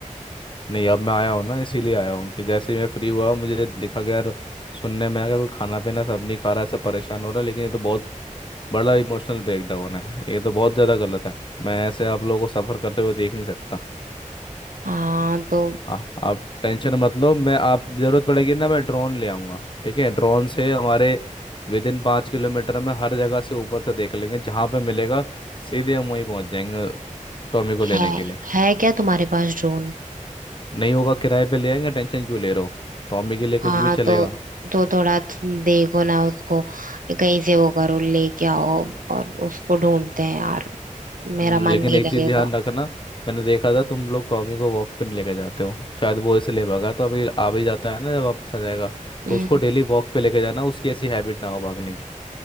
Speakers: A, on the left; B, on the right.
A: नहीं अब मैं आया हूँ ना इसीलिए आया हूँ कि जैसे ही मैं फ्री हुआ मुझे लिखा गया यार सुनने में आया कि कोई खाना पीना सब नहीं खा रहा ऐसे परेशान हो रहा है लेकिन ये तो बहुत बड़ा इमोशनल ब्रेकडाउन है ये तो बहुत ज़्यादा गलत है मैं ऐसे आप लोगों को सफ़र करते हुए देख नहीं सकता
B: हाँ तो
A: हाँ आप टेंशन मत लो मैं आप ज़रूरत पड़ेगी ना मैं ड्रोन ले आऊँगा ठीक है ड्रोन से हमारे विद इन पाँच किलोमीटर में हर जगह से ऊपर से देख लेंगे जहाँ पे मिलेगा सीधे हम वहीं पहुँच जाएंगे टॉमी को लेने
B: है
A: के लिए
B: है क्या तुम्हारे पास ड्रोन
A: नहीं होगा किराए पे ले आएंगे टेंशन क्यों ले रहे हो टॉमी के लिए कुछ
B: हाँ
A: भी चलेगा
B: तो तो थोड़ा देखो ना उसको कहीं से वो करो लेके आओ और उसको ढूंढते हैं यार मेरा
A: हम्म,
B: मन
A: लेकिन
B: नहीं
A: एक
B: लगेगा
A: चीज ध्यान रखना मैंने देखा था तुम लोग टॉमी को वॉक पे नहीं लेके जाते हो शायद वो इसे ले भागा तो अभी आ भी जाता है ना जब वापस आ जाएगा
B: हम्म
A: तो उसको डेली वॉक पे लेके जाना उसकी ऐसी हैबिट ना हो भागने की